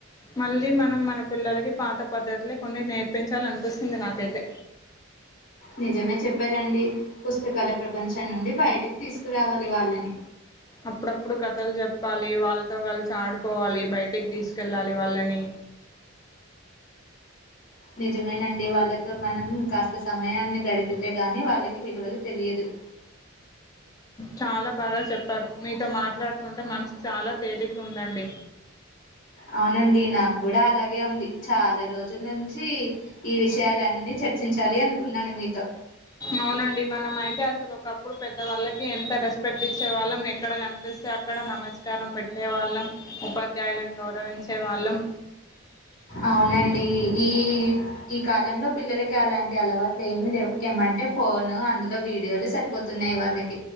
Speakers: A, on the left; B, on the left.
A: మళ్ళీ మనం మన పిల్లలకి పాత పద్ధతులే కొన్ని నేర్పించాలనిపిస్తుంది నాకైతే
B: నిజమే చెప్పారు రండి పుస్తకాల ప్రపంచాం నుండి బయటికి తీసుకురావాలి వాళ్ళని
A: అప్పుడప్పుడు కథలు చెప్పాలి వాళ్ళతో కలిసి ఆడుకోవాలి బయటికి తీసుకెళ్ళాలి వాళ్ళని
B: నిజమేనండి వాళ్లతో మనం కాస్త సమయాన్ని గడిపితే గానీ వాళ్ళకి విలువలు తెలిదు
A: చాలా బాగా చెప్పారు మీతో మాట్లాడుతుంటే మనసు చాలా తేలిగ్గా ఉందండి
B: అవునండి నాకు కూడా అలాగే ఉంది చాలా రోజుల నుంచి ఈ విషయాలన్ని చర్చించాలి అనుకున్నాను మీతో
A: అవునండి మనం అయితే అసలు ఒకప్పుడు పెద్దవాళ్ళకి ఎంత రెస్పెక్ట్ ఇచ్చేవాళ్ళం ఎక్కడ కనిపిస్తే అక్కడ నమస్కారం పెట్టే వాళ్ళం ఓ పద్ద విద్యాయలాన్ గౌరవించేవాళ్ళం
B: అవునండి ఈ ఈ కాలంలో పిల్లలకి అలాంటి అలవాట్లు ఏమి లేవు ఏమంటే ఫోన్ అందులో వీడియోలు సరిపోతున్నాయి వాళ్ళ